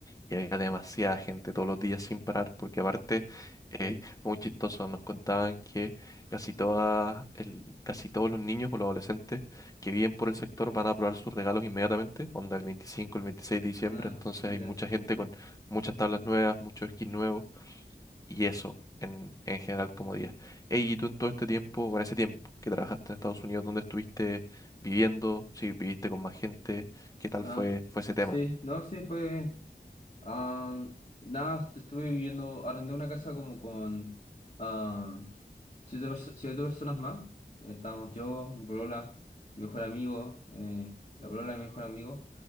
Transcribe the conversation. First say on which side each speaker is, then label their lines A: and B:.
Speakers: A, on the left; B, on the left.
A: y había demasiada gente todos los días sin parar, porque aparte eh, fue muy chistoso, nos contaban que casi todas el, casi todos los niños o los adolescentes que viven por el sector van a probar sus regalos inmediatamente, onda el 25 el veintiséis de diciembre,
B: No,
A: entonces hay
B: ya.
A: mucha gente con muchas tablas nuevas, muchos skins nuevos y eso. En, en general como día. Ey, ¿y tú en todo este tiempo, o en ese tiempo que trabajaste en Estados Unidos, dónde estuviste viviendo? Si viviste con más gente, ¿qué tal
B: Ah,
A: fue, fue ese tema?
B: sí, no, sí, fue... ah, nada, estuve viviendo, arrendé una casa como con ah, siete, perso- siete personas más. Estábamos yo, mi polola, mi mejor amigo, eh, la polola de mi mejor amigo,